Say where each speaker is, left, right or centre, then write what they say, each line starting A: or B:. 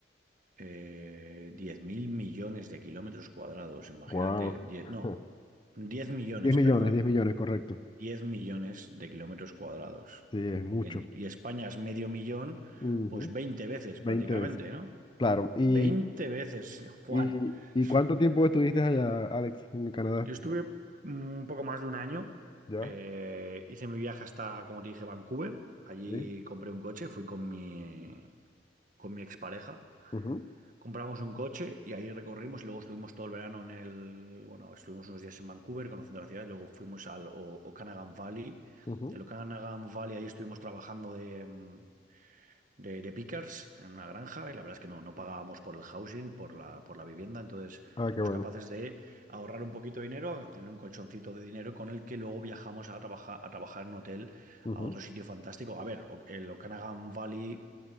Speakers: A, on the right; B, on the left.
A: eh, 10.000 millones de kilómetros cuadrados. Imagínate,
B: Wow.
A: 10, no,
B: <laughs>
A: diez millones,
B: diez millones,
A: perdón,
B: diez millones, correcto.
A: 10 millones de kilómetros cuadrados.
B: Sí, es mucho.
A: En- y España es medio millón,
B: Ujú.
A: pues veinte veces
B: veinte
A: prácticamente,
B: veces.
A: ¿no?
B: Claro. ¿Y,
A: 20 veces, Juan.
B: y, y cuánto
A: <laughs>
B: tiempo estuviste allá, Alex, en Canadá?
A: Yo estuve mm, un poco más de un año.
B: Ya.
A: eh, hice mi viaje hasta, como te dije, Vancouver. Allí
B: Sí.
A: compré un coche, fui con mi, con mi expareja.
B: Ujú,
A: Compramos un coche y ahí recorrimos y luego estuvimos todo el verano en el... Bueno, estuvimos unos días en Vancouver conociendo la ciudad. y Luego fuimos al O- Okanagan Valley.
B: ujú.
A: El Okanagan Valley, ahí estuvimos trabajando de, mm, de, de pickers en una granja y la verdad es que no, no pagábamos por el housing, por la, por la vivienda, entonces
B: Ah,
A: fuimos
B: qué bueno.
A: capaces de ahorrar un poquito de dinero, tener un colchoncito de dinero con el que luego viajamos a trabajar, a trabajar en un hotel
B: Ujú.
A: a otro sitio fantástico. A ver, o- el Okanagan Valley